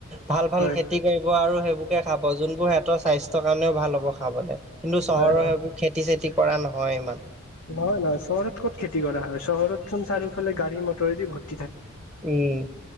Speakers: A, in the centre; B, on the left (about 80°).
A: ভাল ভাল
B: হয়
A: খেতি কৰি ব আৰু সেইবোৰকে খাব, যোনবোৰ সিহঁতৰ স্বাস্থ্য কাৰণেও ভাল হ'ব খাবলৈ। কিন্তু চহৰৰ
B: হয় হয়
A: সেইবোৰ খেতি-চেতি কৰা নহয় ইমান।
B: নহয় নহয়, চহৰত ক'ত খেতি কৰা হয়, চহৰতচোন চাৰিওফালে গাড়ী মটৰেদি ভৰ
A: উম,